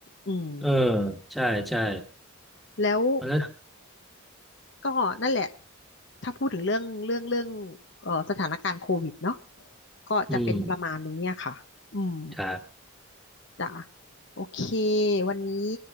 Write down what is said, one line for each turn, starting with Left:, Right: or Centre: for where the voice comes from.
Left: อืม
Centre: เออใช่ใช่
Left: แล้ว
Centre: เพราะแล้ว
Left: ก็นั่นแหละถ้าพูดถึงเรื่องเรื่องเรื่องเอ่อสถานการณ์โควิดเนาะก็จะเป็นประมมาณนี้อะค่ะอืม
Centre: อืมครับ
Left: จ้ะโอเควันนี้